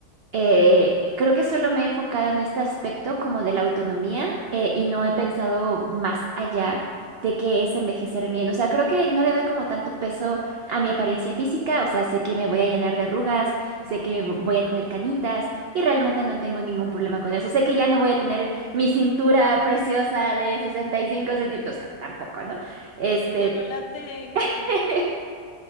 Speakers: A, on the right; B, on the left.
A: Eh, creo que solo me he enfocado en este aspecto como de la autonomía eh, y no he pensado más allá de qué es envejecer bien. O sea, creo que no le doy como tanto peso a mi apariencia física. O sea, sé que me voy a llenar de arrugas, sé
B: <laughs>
A: que vo- voy a tener canitas y realmente no tengo ningún problema con eso. Sé que ya no voy a tener mi cintura preciosa de 65 centímetros. O sea, tampoco, ¿no? Este...
B: Yo ya no la tengo.
A: <laughs>